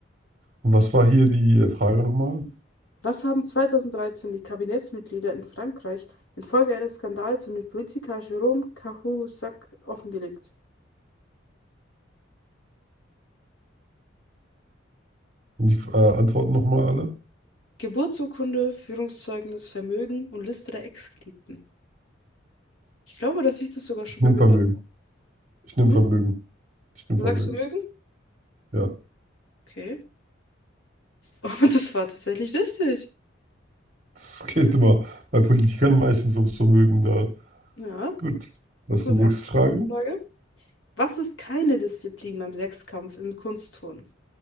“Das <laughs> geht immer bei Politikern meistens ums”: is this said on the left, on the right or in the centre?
Right